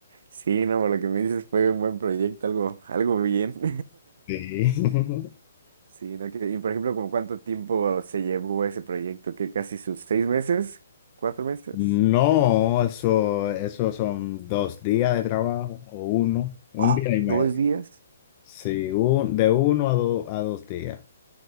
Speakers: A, on the right; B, on the left.
A: Sí, no, por lo que me dices fue un buen proyecto, algo, algo bien. <laughs>
B: Sí. <laughs>
A: Sí, no, que- y por ejemplo, ¿como cuánto tiempo se llevó ese proyecto? ¿Que casi sus seis meses? ¿Cuatro meses?
B: No, eso, eso son dos días de trabajo o uno, un
A: Ah,
B: día y medio.
A: ¿dos días?
B: Sí, un, de uno a, do- a dos días.